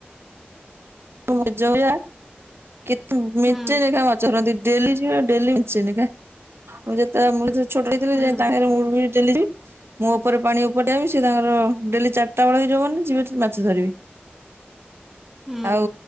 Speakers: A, on the right; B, in the centre.
A: <inaudible> ଯବିଆ କି ମେଞ୍ଚେ
B: ହୁଁ।
A: ନେଖା ମାଛ ରହନ୍ତି। ଡେଲି ଯିବା ଡେଲିି ମିଶେନି କା ଯେତେବେଳେ ମୁଁ ଯେ ଛୋଟ ହେଇଥିଲେ
B: ହୁଁ
A: ଯେ ତାହେଁରେ ମୁଁ ବି ଡେଲି ଯିମି। ମୁଁ ଉପରେ ପାଣି ଉପରେ ଠିଆହେମି। ସିଏ ତାଙ୍କର ଡେଲି ଚାଟା ବେଳେ ହେଇଯିବ ମାନେ ଯିବେ ମାଛ ଧରିବେ।
B: ହୁଁ
A: ଆଉ